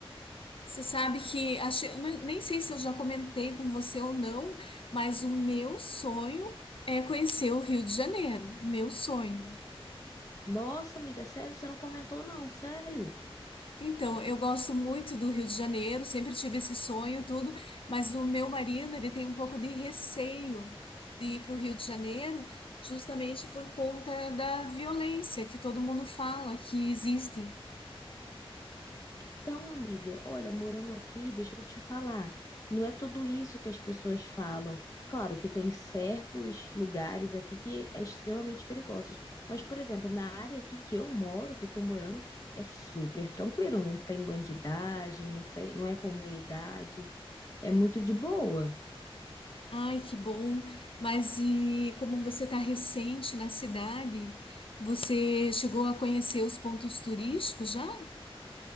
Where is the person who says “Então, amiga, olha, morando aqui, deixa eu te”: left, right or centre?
Left